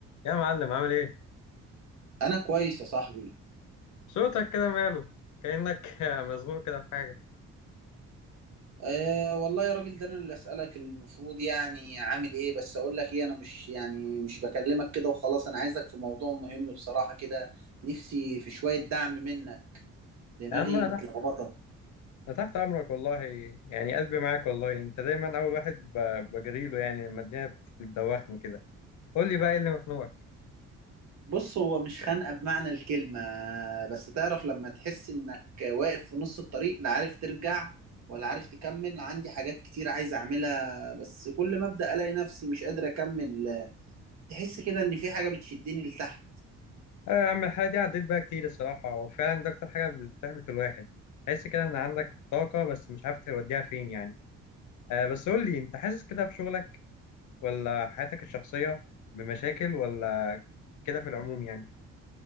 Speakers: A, on the left (about 75°); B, on the right (about 65°).
A: يا معلم عامل ايه؟
B: انا كويس يا صاحبي
A: صوتك كده ماله؟ كأنك <laughs> مزنوق كده في حاجة
B: أه والله يا راجل ده انا اللي اسالك المفروض يعني عامل ايه بس اقول لك ايه انا مش يعني مش بكلمك كده وخلاص انا عايزك في موضوع مهم بصراحة كده نفسي في شوية دعم منك دماغي
A: يا عم انا
B: متلخبطة
A: تحت انا تحت امرك والله يعني قلبي معاك والله انت دايما اول واحد ب- بجري له يعني لما الدنيا بتدوخني كده قول لي بقى ايه اللي مخنوقك؟
B: بص هو مش خانقة بمعنى الكلمة بس تعرف لما تحس انك واقف في نص الطريق لا عارف ترجع ولا عارف تكمل عندي حاجات كتير عايز اعملها بس كل ما ابدا الاقي نفسي مش قادر اكمل تحس كده ان في حاجة بتشدني لتحت
A: اه يا عم الحاجة دي عديت بقى كتير الصراحة وفعلا ده اكتر حاجة بتحبط الواحد تحس كده ان عندك طاقة بس مش عارف توديها فين يعني آه بس قول لي انت حاسس كده في شغلك ولا حياتك الشخصية بمشاكل ولا كده في العموم يعني